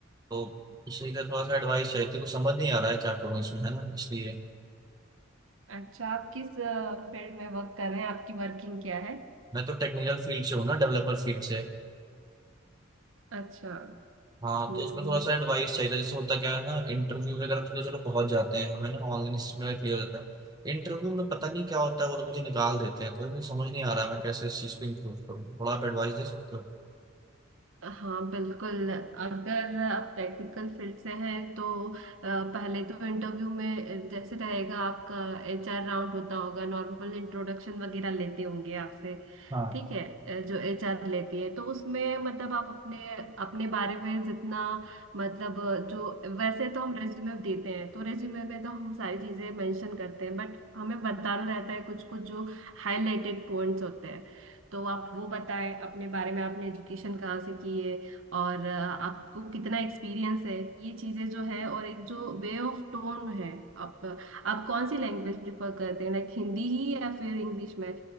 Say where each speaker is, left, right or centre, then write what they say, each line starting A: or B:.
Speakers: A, on the right (about 20°); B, on the right (about 80°).
A: तो उसी का थोड़ा सा एडवाइस चाहिए थी कुछ समझ नहीं आ रहा है क्या करूँ इसमें है ना इसलिए
B: अच्छा आप किस फील्ड में वर्क कर रहे हैं आपकी वर्किंग क्या है
A: मैं तो टेक्निकल फील्ड से हूँ ना डेवलपर फील्ड से
B: अच्छा
A: हाँ
B: हम्म
A: तो उसमें थोड़ा सा एडवाइस चाहिए था जैसे होता क्या है ना इंटरव्यू वगैरह पे तो चलो पहुंच जाते हैं हमें ना ऑनलाइन इसमें क्लियर होता है इंटरव्यू में पता नहीं क्या होता है वो लोग मुझे निकाल देते हैं तो मुझे समझ नहीं आ रहा है मैं कैसे इस चीज़ को इम्प्रूव करूँ थोड़ा आप एडवाइस दे सकते हो
B: हाँ बिल्कुल अगर आप टेक्निकल फील्ड से हैं तो अ, पहले तो इंटरव्यू में जैसे रहेगा आपका एचआर राउंड होता होगा नॉर्मल इंट्रोडक्शन वगैरह लेते होंगे आपसे
A: हाँ
B: ठीक है अ, जो एचआर लेती है तो उसमें मतलब आप अपने अपने बारे में जितना मतलब जो वैसे तो हम रेज्यूमे देते हैं तो रेज्यूमे में तो हम सारी चीजें मेंशन करते हैं बट हमें बताना रहता है कुछ कुछ जो हाईलाइटेड पॉइंट्स होते हैं तो आप वो बताएं अपने बारे में आपने एजुकेशन कहाँ से की है और अ, आपको कितना एक्सपीरियंस है ये चीजें जो है और एक जो वे ऑफ टोन है आप आप कौन सी लैंग्वेज प्रिफर करते हैं लाइक हिंदी ही या फिर इंग्लिश में